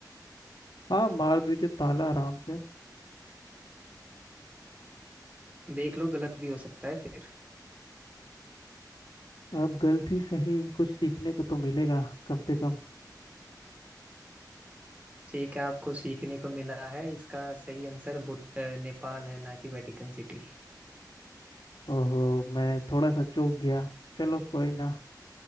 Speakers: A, on the left; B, on the right.
A: हाँ मार दीजिए ताला आराम से
B: देख लो गलत भी हो सकता है फिर
A: अब गलती सही कुछ सीखने को तो मिलेगा कम से कम
B: ठीक है आपको सीखने को मिला है इसका सही आंसर भूट अ, नेपाल है ना कि वेटिकन सिटी
A: ओहो मैं थोड़ा सा चूक गया चलो कोई ना